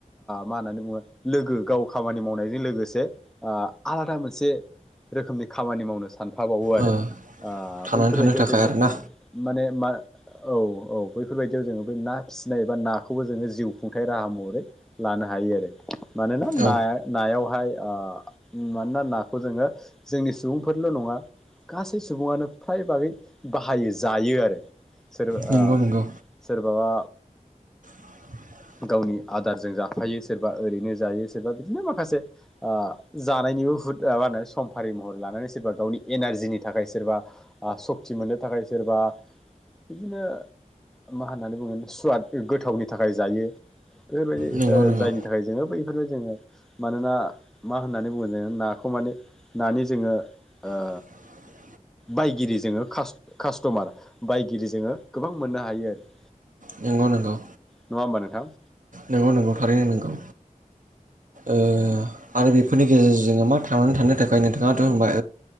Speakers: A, in the centre; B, on the right.
A: मा होननानै बुङो लोगो गाव खामानि मावनायजों लोगोसे आलादा मोनसे रोखोमनि खामानि मावनो सानफाबावो आरो
B: ओ थांनानै
A: बैफोरबायदियाव
B: थानो थाखाय
A: जोङो
B: आरोना
A: माने मा औ औ बैफोरबायदियाव जोङो ब ना फिसिनाय बा नाखौबो जोङो जिउ खुंथाय राहा महरै ला ल हायो आरो मानोना
B: औ
A: ना नायावहाय मानोना नाखौ जोङो जोंनि सुबुंफोरल' नङा गासै सुबुङानो फ्राय बागै बाहायो जायो आरो सोरबा
B: नोंगौ
A: ओ
B: नोंगौ
A: सोरबा
B: <unintelligible>
A: गावनि आदारजों जाफायो सोरबा ओरैनो जायो सोरबा बिदिनो माखासे ओ जानायनि बुहुद मा होनो सम्फारि महरै लानानै सोरबा गावनि एनारजिनि थाखाय सोरबा सक्ति मोननो थाखाय सोरबा बिदिनो मा होननानै बुङो सुवाद गोथावनि थाखाय जायो बेफोरबायदि
B: नोंगौ
A: ओ
B: नोंगौ
A: जायनि थाखाय जोङो बै बेफोरो जोङो मानोना मा होननानै बुङो जों नाखौ माने नानि जोङो ओ
B: <unintelligible>
A: बाय िरि जोङो खास कास्टमार बायगिरि जोङो गोबां मोननो हायो आरो
B: नंगौ नंगौ
A: नङा हमबानोंथां
B: नंगौ नंगौ थारैनो नोंगौ ओ आरो बे बेफोरनि गेजेरजों मा थांनानै थानो थाखाय नोंथाङाथ ओ होनबा